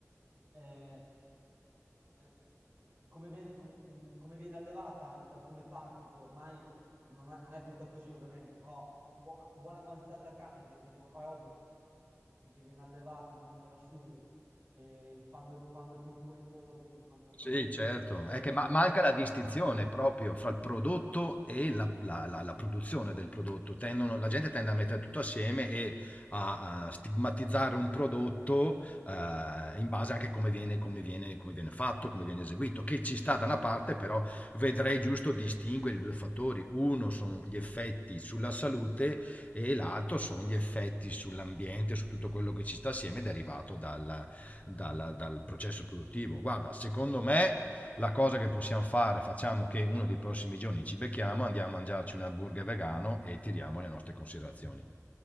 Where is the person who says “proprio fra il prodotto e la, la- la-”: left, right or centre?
Left